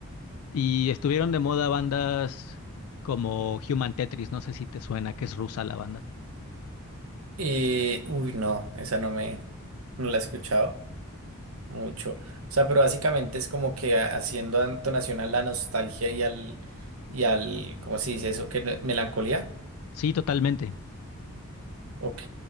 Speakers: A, on the left; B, on the right.
A: Y estuvieron de moda bandas como Human Tetris, no sé si te suena, que es rusa la banda.
B: Y, uy, no, esa no me, no la he escuchado mucho. O sea, pero básicamente es como que a- haciendo entonación a la nostalgia y al, y al, ¿cómo se dice eso? ¿Qué? ¿Melancolía?
A: Sí, totalmente.
B: Ok,